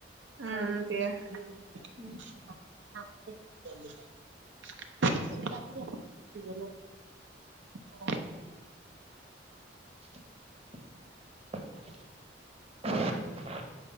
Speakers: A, on the right (about 80°); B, on the right (about 35°).
A: উম উ উ দিয়া উমহু হু হু।
B: উম উ।
A: অ <unintelligible> <unintelligible>
B: <unintelligible>